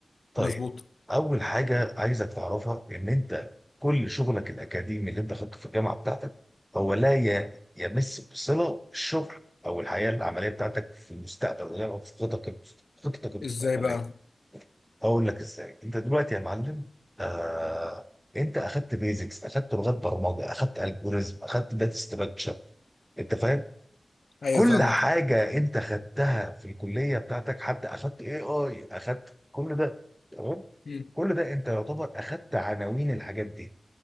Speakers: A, in the centre; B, on the left.
A: طيب
B: مظبوط
A: اول حاجه عايزك تعرفها ان انت كل شغلك الاكاديمي اللي انت خدته في الجامعه بتاعتك هو لا ي- يمس بصله الشغل او الحياه العمليه بتاعتك في المستقبل او في خططك المست- خططك المستقبليه
B: ازاي بقى
A: هقول لك ازاي انت دلوقتي يا معلم آه انت اخدت بيزكس اخدت لغات برمجه اخدت الجوريزم اخدت داتا ستراكشر انت فاهم
B: ايوه
A: كل
B: فاهمك
A: حاجة انت خدتها في الكلية بتاعتك حتى اخدت اي اي اخدت كل ده تمام
B: مم.
A: كل ده انت يعتبر اخدت عناوين الحاجات دي